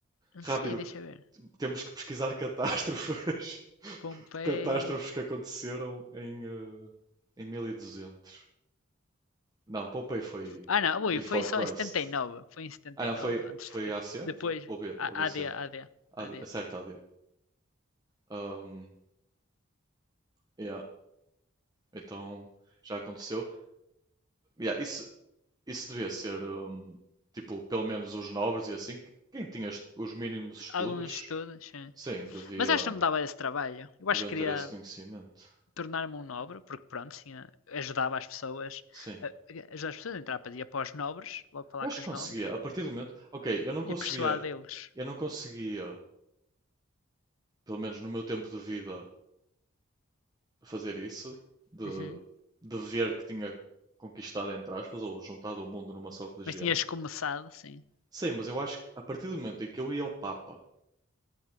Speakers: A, on the left; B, on the right.
A: não
B: Rápido,
A: sei, deixa ver.
B: temos que pesquisar catástrofes, <laughs>
A: Pompei.
B: catástrofes que aconteceram em, eh, em 1200. Não, Pompei foi
A: Ah não, ui,
B: Before
A: foi só
B: Christ.
A: em 79, foi em 79,
B: Ah, não, foi,
A: antes
B: foi
A: de
B: AC?
A: Depois,
B: Foi O B OB,
A: A-
B: OBC.
A: AD, AD,
B: AD,
A: AD.
B: acerta AD. Um, yeah, então já aconteceu. Yeah, isso, isso devia ser, um, tipo, pelo menos os nobres e assim, que- quem tinha os mínimos estudos,
A: Alguns estudos, sim.
B: sim, devia,
A: Mas acho que não me dava esse trabalho. Eu
B: deviam
A: acho que queria
B: ter esse conhecimento.
A: tornar-me um nobre, porque pronto, tinha- ajudava as pessoas,
B: Sim.
A: eh, ajudava as pessoas a entrar para ir para os nobres, logo falar
B: Eu acho
A: com
B: que
A: os
B: conseguia,
A: nobres,
B: a partir do momento. Ok, eu não conseguia,
A: e persuadê-los.
B: eu não conseguia, pelo menos no meu tempo de vida, fazer isso, de,
A: Uhum.
B: de ver que tinha conquistado, entre aspas, ou juntado o mundo numa só religião.
A: Mas tinhas começado, sim.
B: Sim, mas eu acho que a partir do momento em que eu ia ao Papa